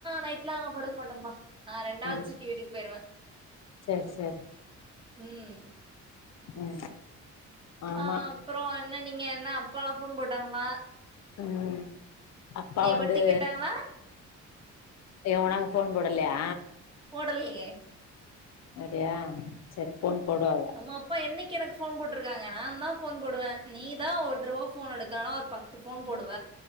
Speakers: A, on the right (about 15°); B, on the left (about 60°).
A: நைட்லா அங்க படுக் மாட்ட பா நா ரெண்டாது
B: ம்
A: சித்தி வீட்டுக் போயிருவே
B: சேரி சேரி
A: ம்
B: ம் ஆமா
A: அ அப்றோ என்ன நீங்க என்ன அப்பாலா போன் போட்டாங்ளா
B: ம் அப்பா வந்து
A: பத்தி கேட்டாங்களா
B: ஏ உனக்கு போன் போடலயா
A: போடலயே
B: அப்டியா செரி போன் போடுவாவ
A: நம்ம அப்பா என்னக்கி எனக்கு போன் போட்ருக்காங்க நா தா போன் போடுவே நீ தா ஒரு தருவ போன் எடுக்கலனா ஒரு பத் த்து போன் போடுவ